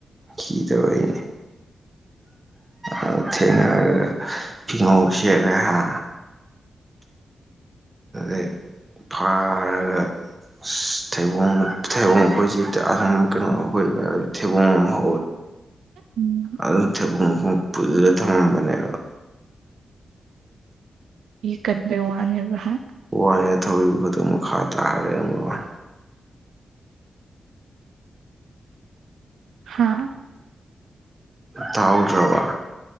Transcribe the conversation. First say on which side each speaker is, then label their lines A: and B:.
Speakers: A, on the right; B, on the right.
A: ꯀꯗꯕꯅꯦ ꯑ ꯊꯦꯡꯅꯔ ꯄꯤꯉꯁꯔꯦ ꯍꯥ ꯑ ꯐꯥꯔ ꯊꯦꯕ ꯊꯦꯕꯣꯏꯁꯤꯁ ꯀꯩꯅꯣ ꯊꯦꯕꯨꯡꯣ
B: ꯎꯝ
A: ꯑꯗꯨ ꯊ ꯄꯨꯜꯂ ꯊꯉꯝꯕꯅꯦꯕ
B: ꯀꯕ ꯋꯥꯅꯦꯕꯍ
A: ꯋꯥꯏꯅꯦ ꯊꯧꯔꯤꯕ ꯈꯨꯇ ꯃꯈꯥ ꯇꯥꯔꯦ ꯑꯃ ꯋꯥꯏ
B: ꯍꯥ
A: ꯇꯥꯎꯔꯔ